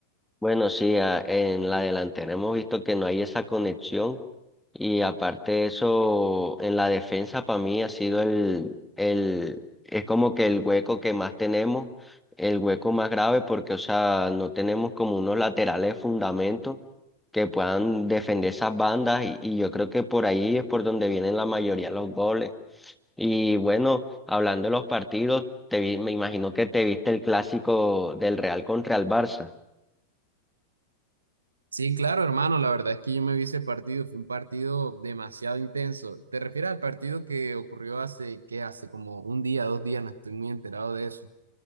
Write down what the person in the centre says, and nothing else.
Bueno, sí, a- en la delantera hemos visto que no hay esa conexión y aparte de eso, en la defensa para mí ha sido el, el, es como que el hueco que más tenemos, el hueco más grave porque, o sea, no tenemos como unos laterales de fundamento que puedan defender esas bandas y, y yo creo que por ahí es por donde vienen la mayoría de los goles. Y bueno, hablando de los partidos, te vi- me imagino que te viste el clásico del Real contra el Barça.